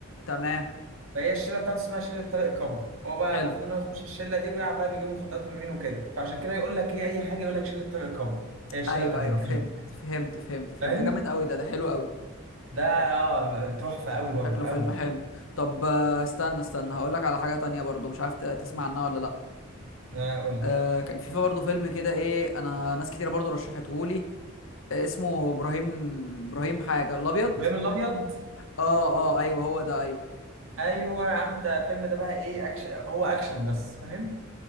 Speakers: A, on the left; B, on the right.
A: تمام
B: فهي الشلة بتاعته اسمها شلة طارق كابو هو بقى
A: حلو
B: المفروض إن هو يخش الشلة دي ويعرف بقى بيجيبوا مخدرات من مين وكده فعشان كده يقول لك إيه أي حاجة يقول لك شلة طارق كابو هي الشلة
A: ايوه
B: بتاعت
A: ايوه
B: الجامعة
A: فهمت فهمت فهمت فهمت
B: فاهم؟
A: ده جامد قوي ده ده حلو قوي
B: ده اه تحفة أوي برضه
A: شكله
B: أوي
A: فيلم حلو طب آه، استنى استنى هقول لك على حاجه تانية برضو مش عارف ت- تسمع عنها ولا لا
B: آه، قول لي
A: آه كان في برضو فيلم كده ايه انا ناس كتيره برضو رشحته لي آه، اسمه ابراهيم ابراهيم حاجه الابيض
B: إبراهيم الأبيض
A: اه اه ايوه هو ده ايوه
B: ايوه يا عم ده الفيلم ده بقى ايه اكشن هو اكشن بس فاهم